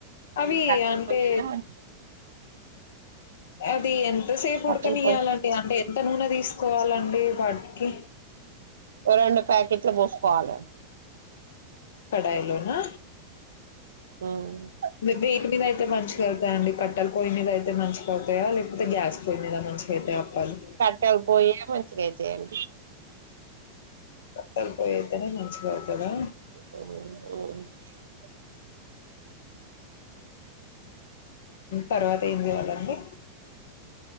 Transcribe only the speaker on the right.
కట్టెల
పొయ్యి మీద మంచిగా
కట్టెల
పొయ్యి
రెండు ప్యాకెట్లు పోసుకోవాలే
అవును
కట్టెల్ పొయ్యే మంచిగ అయితాయ్
ఆ